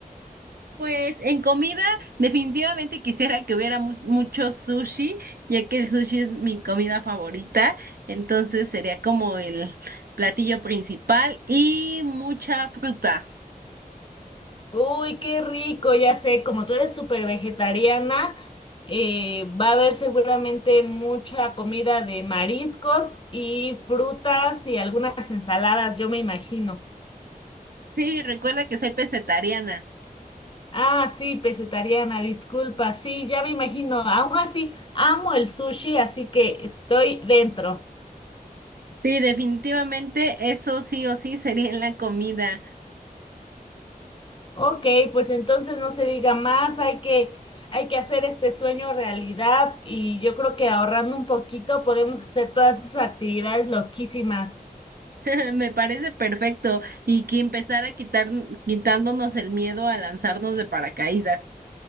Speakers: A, on the right (about 80°); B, on the left (about 35°).
A: Pues en comida definitivamente quisiera que hubiera mu- mucho sushi, ya que el sushi es mi comida favorita, entonces sería como el platillo principal y mucha fruta.
B: Uy, qué rico, ya sé, como tú eres súper vegetariana, eh, va a haber seguramente mucha comida de mariscos y frutas y algunas ensaladas, yo me imagino.
A: Sí, recuerda que soy pesetariana.
B: Ah, sí, pesetariana, disculpa. Sí, ya me imagino. Aún así, amo el sushi, así que estoy dentro.
A: Sí, definitivamente eso sí o sí sería en la comida.
B: Ok, pues entonces no se diga más, hay que, hay que hacer este sueño realidad y yo creo que ahorrando un poquito podemos hacer todas esas actividades loquísimas.
A: <laughs> Me parece perfecto y que empezara a quitar quitándonos el miedo a lanzarnos de paracaídas.